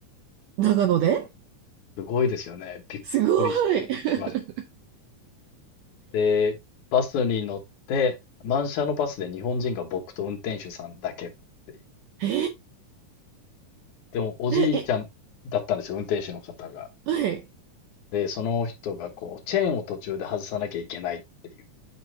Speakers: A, on the right; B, on the left.
A: 長野で
B: すごいですよね。びっくりしました。
A: すごい <laughs>
B: で、バスに乗って、満車のバスで日本人が僕と運転手さんだけっていう。
A: え
B: でも、おじいちゃんだったんですよ、
A: え、え、
B: 運転手の方が。
A: はい、
B: で、その人がこう、チェーンを途中で外さなきゃいけないっていう。